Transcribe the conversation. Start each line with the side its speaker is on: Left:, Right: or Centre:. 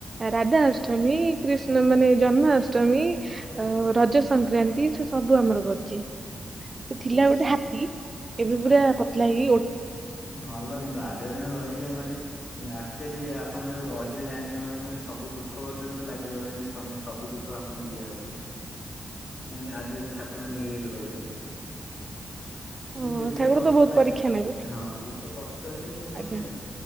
Right: ରାଧାଷ୍ଟମୀ କ୍ରିଷ୍ଣା ମାନେ ଜନ୍ମାଷ୍ଟମୀ। ଅ ରଜ ସଂକ୍ରାନ୍ତି ସେ ସବୁ ଆମର କରିଚି।
Left: ହୁଁ।
Right: ସେ ଥିଲା ଗୋଟେ ହାତୀ ଏବେ ପୁରା ପତଲା ହେଇକି ଗଟେ
Left: ଭଲ କିନ୍ତୁ ଆଜେଜେ ଦିନେ ରହିଲେ ମାନେ। ଆଚର୍ଲି ଆପଣ ଯୋଉ ରହିଲେ ଜାଣେ ମାନେ କନ କହିଲେ ସବୁ ଦୁଃଖ କଷ୍ଟ କିନ୍ତୁ ଲାଗିବ ଏମିତି ସବୁ ଦୁଃଖ ଆ କଣ ଦିଆ ହଉଛି। ମୁଁ କହିଲି ଆଗରେ ଠାକୁର ଙ୍କ ଏଇଏ ରେ ରହିଲେ।
Right: ହଁ
Left: ଯେମିତି ଯେତେ
Right: ଠାକୁର
Left: କଷ୍ଟ
Right: ତ ବହୁତ
Left: ଲାଗେ
Right: ପରୀକ୍ଷା ନେବେ
Left: ହଁ ଯେତେ କଷ୍ଟ ହେଲେ ବି କିନ୍ତୁ
Right: ଆଜ୍ଞା।
Left: ମାନେ।